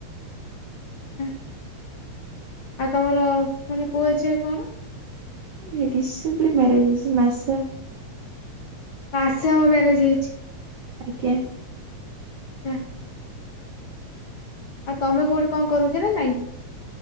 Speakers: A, on the left; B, on the right.
A: ଆଚ୍ଛା। ଆଉ ତମର ମାନେ ପୁଅ ଝିଅ କଣ?
B: ରି-ରିସେଣ୍ଟଲି ମ୍ୟାରେଜ ହେଇଛି ମାସେ।
A: ମାସେ ହବ ମ୍ୟାରେଜ ହେଇଛି।
B: ଆଜ୍ଞା।
A: ଆଚ୍ଛା। ଆଉ ତମେ କଉଠି କଣ କରୁଛ ନା ନାଇଁ?